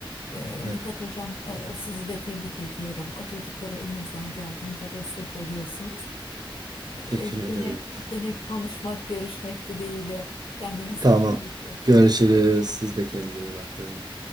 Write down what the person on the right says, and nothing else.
Evet.
Teşekkür ederim.
Tamam.
Görüşürüz. Siz de kendinize iyi bakın.